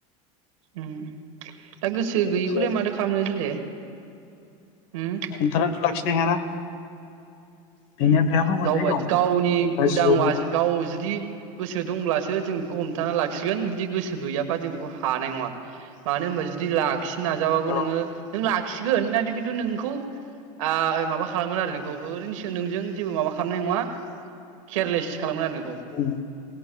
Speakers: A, on the right (about 85°); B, on the left (about 60°).
A: ओम दा गोसो
B: बेबायदि
A: गैयिखौलाय
B: आरो
A: माथो खालामनो सालथे ओम
B: थानानैथ' लाखिनो हायाना बेनिया
A: ओम
B: बेहाबो मोनथाय
A: गावबायदि
B: दं
A: गावनि
B: गासिबावबो
A: उदांबासो गाव जुदि गोसो दंब्लासो जों बेखौ हमथाना लाखिगोन जुदि गोसो गैयाबा जों बेखौ हानाय नङा मानो होनबा जुदि लाखिनो नाजाबाबो
B: औ
A: नोङो नों लाखिगोन होन खिन्थु नोंखौ आ माबा खालामोन आरो नोंखौ ओरैनो नोंजों जेबो माबा खालामनाय नङा केयारलेस खालामगोन आरो नों
B: ओम